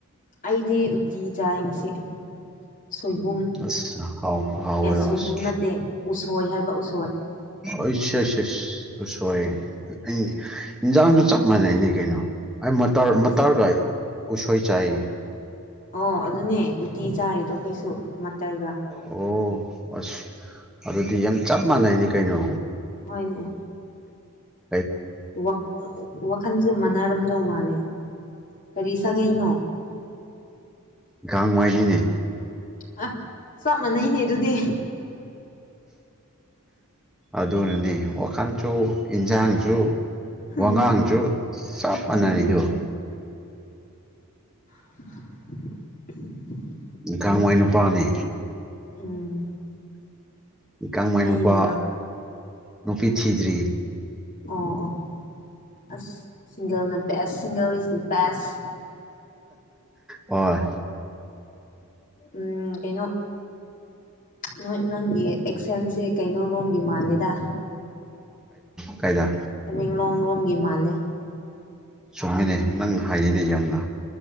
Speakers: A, on the left; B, in the centre.
A: ꯑꯩꯗꯤ ꯎꯇꯤ ꯆꯥꯏ ꯉꯁꯤ ꯁꯣꯏꯕꯨꯝ
B: ꯑꯁ ꯍꯥꯎ ꯍꯥꯎꯋꯦ
A: ꯑꯦ ꯁꯣꯏꯕꯨꯝ
B: ꯑꯁ
A: ꯅꯠꯇꯦ ꯎꯁꯣꯏ ꯍꯥꯏꯕ ꯎꯁꯣꯏ
B: ꯑꯁ ꯍꯁ ꯍꯁ ꯑ ꯁꯣꯔꯤ ꯑꯩ ꯏꯟꯖꯥꯡꯗꯣ ꯆꯞ ꯃꯥꯟꯅꯩꯅꯦ ꯀꯩꯅꯣ ꯑꯩ ꯃꯇꯔ
A: ꯑꯁ
B: ꯃꯇꯥꯔꯒꯥꯏꯗꯣ ꯎꯁꯣꯏ ꯆꯥꯏꯌꯦ
A: ꯑꯣ ꯑꯗꯨꯅꯦ ꯎꯇꯤ ꯆꯥꯔꯤꯗꯣ ꯑꯩꯈꯣꯏꯁꯨ ꯃꯇꯔꯒ
B: ꯑꯣ ꯑꯁ ꯑꯗꯨꯗꯤ ꯌꯥꯝ ꯆꯞ ꯃꯥꯟꯅꯩꯅꯤ ꯀꯩꯅꯣ
A: ꯍꯣꯏꯅꯦ
B: ꯑꯦ
A: ꯋꯥ ꯋꯥꯈꯟꯁꯨ ꯃꯥꯟꯅꯔꯝꯗꯧ ꯃꯥꯜꯂꯦ ꯀꯔꯤ ꯁꯥꯒꯩꯅꯣ
B: ꯥꯒꯥꯡꯃꯥꯏꯅꯤꯅꯦ
A: ꯍ ꯆꯞ ꯃꯥꯟꯅꯩꯅꯦ ꯑꯗꯨꯗꯤ
B: ꯑꯗꯨꯅꯅꯤ ꯋꯥꯈꯟꯁꯨ ꯏꯟꯁꯥꯡꯁꯨ
A: ꯎꯝ
B: ꯋꯥꯉꯥꯡꯁꯨ ꯆꯞ ꯃꯥꯟꯅꯔꯤꯗꯣ
A: ꯎꯝ <inaudible>
B: ꯒꯥꯡꯃꯥꯏ ꯅꯨꯄꯥꯅꯦ
A: ꯎꯝ
B: ꯒꯥꯡꯃꯥꯏ
A: ꯑꯩꯅ
B: ꯅꯨꯨꯄꯥ ꯅꯨꯄꯤ ꯊꯤꯗ꯭ꯔꯤ
A: ꯑꯣ ꯑꯣ ꯑꯁ ꯁꯤꯡꯒꯜꯅ ꯕꯦꯁ ꯁꯤꯡꯒꯜ ꯏꯁ ꯗꯥ ꯕꯦꯁ
B: ꯍꯣꯏ
A: ꯎꯝ ꯀꯩꯅꯣ ꯅꯣꯏ ꯅꯪꯒꯤ ꯑꯦꯛꯁꯦꯟꯁꯤ ꯀꯩꯅꯣ ꯔꯣꯝꯒꯤ ꯃꯥꯜꯂꯦꯗ
B: ꯀꯩꯅꯣ ꯀꯥꯏꯗ
A: ꯇꯃꯦꯡꯂꯣꯡ ꯔꯣꯝꯒꯤ ꯃꯥꯂꯦ
B: ꯆꯨꯝꯃꯤꯅꯦ ꯅꯪ ꯍꯩꯌꯦꯅꯦ ꯌꯥꯝꯅ